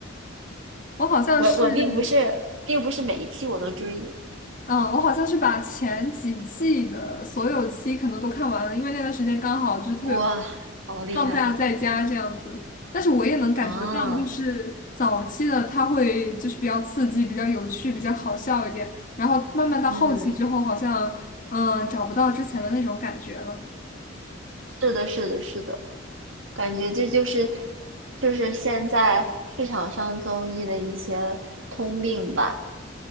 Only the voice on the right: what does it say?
我我并不是并不是每一期我都追，
哇，好厉害
啊！
嗯，
是的，是的，是的，感觉这就是就是现在市场上综艺的一些通病吧。